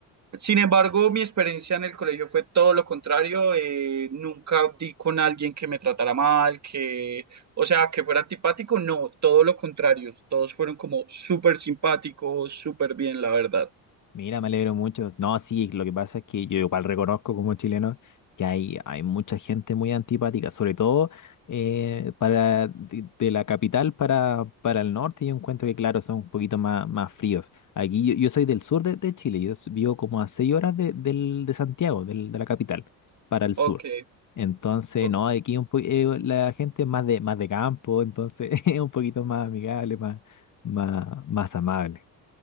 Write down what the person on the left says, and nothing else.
Mira, me alegro mucho. No, sí, lo que pasa es que yo igual reconozco como chileno que hay, hay mucha gente muy antipática, sobre todo eh, para de, de la capital para, para el norte. Yo encuentro que, claro, son un poquito más, más fríos. Aquí yo, yo soy del sur de, de Chile, yo s- vivo como a seis horas de, del, de Santiago, del, de la capital, para el sur.
Entonces,
no, aquí un po- eh, la gente es más de, más de campo, entonces <laughs> es un poquito más amigable, más, más, más amable.